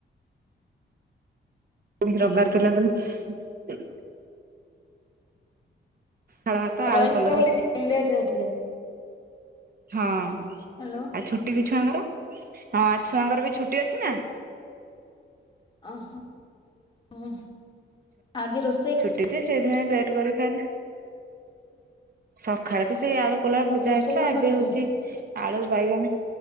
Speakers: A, on the right; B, on the left.
A: ରବିବାର ଥିଲା ବୋଲି ପଖାଳଭାତ,
B: ରହିଥିଲେ
A: ଆଳୁ, କଲରା
B: ବୋଲି ସେ ଲେଟରେ ଉଠିଲେ।
A: ହଁ।
B: ହ୍ୟାଲୋ।
A: ଆଉ ଛୁଟି ବି ଛୁଆଙ୍କର ହଁ ଆଜି ଛୁଆଙ୍କର ବି ଛୁଟି ଅଛି ନା।
B: ଓ ହୋ ହଁ ଆଜି ରୋଷ
A: ଛୁଟି ଯେ ସେଇଥିପାଇଁ ଲେଟ୍ କରିକି ଖାଇଲେ ସକାଳେ ତ ସେଇ ଆଳୁ କଲରା ଭଜା
B: ରୋଷେଇ
A: ହେଇଥିଲା
B: କଣ
A: ଏବେ
B: କରିଥିଲେ?
A: ହଉଛି ଆଳୁ, ବାଇଗଣ